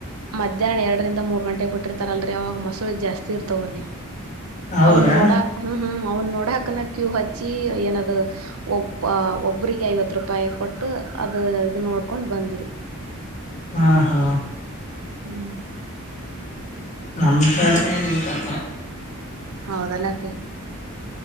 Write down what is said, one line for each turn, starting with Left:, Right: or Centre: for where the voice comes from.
Right: ಮಧ್ಯಾಹ್ನ ಎರಡರಿಂದ ಮೂರು ಗಂಟೆಗೆ ಬಿಟ್ಟಿರ್ತಾರಲ್ರಿ ಆವಾಗ ಮಸಳೆ ಜಾಸ್ತಿ ಇರ್ತಾವ ಅಲ್ಲಿ
Left: ಹೌದ್ರಾ
Right: ಅವನ್ ನೋಡಾಕ್ ಹ್ಮ್ ಹ್ಮ್ ಅವ್ನ್ ನೋಡ ಗ ಹಾಕನ ಕ್ಯೂ ಹಚ್ಚಿ ಏನದು ಒಬ್ ಒಬಿಗೆ ಐವತ್ತು ರೂಪಾಯಿ ಕೊಟ್ಟು ಅದು ಇ ನೋಡ್ಕೊಂಡ್ ಬಂದ್ರಿ
Left: ಹಾ ಹಾ
Right: ಹ್ಮ್
Left: ನಮ್ ಕಡೆ ಏನಲ್ ಆತರ
Right: ಹೌದಲ್ಲಪ್ಪಿ